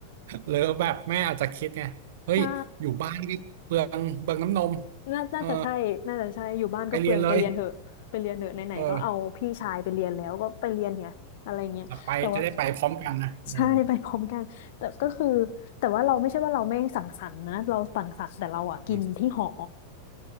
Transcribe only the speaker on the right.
หรือแบบแม่อาจจะคิดไงเฮ้ยอยู่บ้านก็เปลืองเปลืองน้ำนม
เออไปเรียนเลยเออไปจะได้ไปพร้อมกันนะอืม
อืม